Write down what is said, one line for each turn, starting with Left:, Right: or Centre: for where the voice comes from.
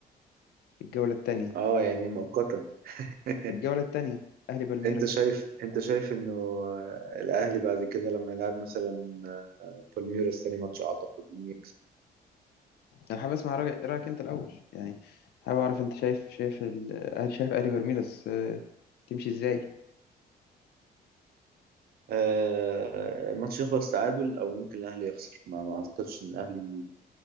Left: الجولة التانية
Right: اه يعني مؤقتا <laughs>
Left: الجولة التانية أهلي بالميراس
Right: انت شايف انت شايف انه الاهلي بعد كده لما يلعب مثلا بالميراس تاني ماتش اعتقد مين يكسب
Left: انا حابب اسمع رايك رأيك انت الاول يعني حابب اعرف انت شايف شايف ال- هل شايف الي بالميراس آه، تمشي ازاي
Right: آه، الماتش يخلص تعادل او ممكن الاهلي يخسر ما, ما اعتقدش ان الاهلي